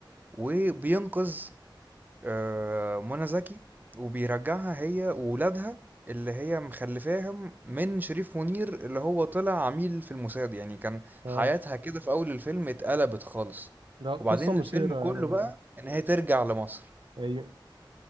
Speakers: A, on the right; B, on the right.
A: وبينقذ آه، منى زكي وبيرجعها هي وولادها اللي هي مخلفاهم من شريف منير اللي هو طلع عميل في الموساد يعني كان
B: اه
A: حياتها كده في أول الفيلم اتقلبت خالص
B: ده قصه
A: وبعدين
B: مثيره
A: الفيلم كله
B: يعني
A: بقى إن هي ترجع لمصر
B: ايوه